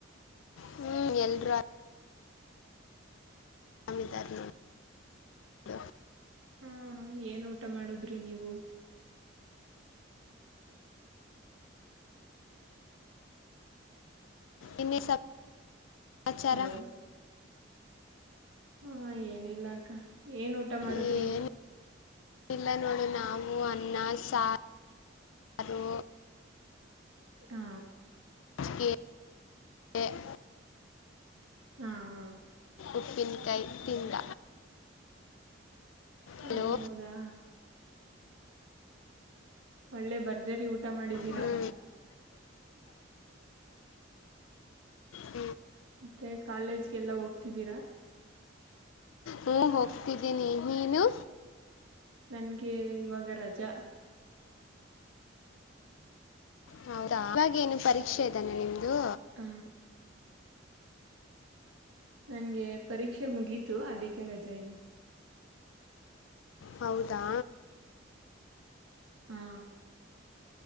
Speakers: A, on the left; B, on the right.
A: ಹ್ಮ್ ಎಲ್ರೂ ಆರಾಮ್ ಅರಾಮಿದಾರ ನೋಡು
B: ಹಾ ಏನ್ ಊಟ ಮಾಡುದ್ರಿ ನೀವು
A: ಇನ್ನ ಏನ್ ಸಮಾಚಾರ
B: ಹಲೋ ಹಾ ಏನಿಲ್ಲ ಅಕ್ಕ ಏನ್ ಊಟ ಮಾಡುದ್ರಿ
A: ಏನು ಇಲ್ಲ ನೋಡು ನಾವು ಅನ್ನ ಸಾರ್ ಸಾರು
B: ಹಾ
A: ಕೆ ಎ <unintelligible>
B: ಹಾ ಹಾ
A: ಉಪ್ಪಿನ್ ಕಯ್ ತಿಂದ
B: ಹಾ,
A: ಹಲೋ
B: ಹೌದಾ ಒಳ್ಳೆ ಬರ್ಜರಿ ಊಟ ಮಾಡಿದ್ದೀರಾ.
A: ಹ್ಞೂ ಎ
B: ಮತ್ತೆ ಕಾಲೇಜ್ಗೆಲ್ಲ ಹೋಗ್ತಿದ್ದೀರಾ.
A: <unintelligible> ಹೋಗ್ತಿದ್ದೀನಿ ನೀನು.
B: ನನ್ಗೆ ಇವಾಗ ರಜಾ.
A: ಹೌದಾ ಇವಾಗೇ ಏನು ಪರೀಕ್ಷೆ <unintelligible> ನಿಮ್ದು.
B: ಹ ನಂಗೆ ಪರೀಕ್ಷೆ ಮುಗೀತು ಅದಕ್ಕೆ ರಜೆ ಇದೆ.
A: ಹೌದಾ
B: ಹಾ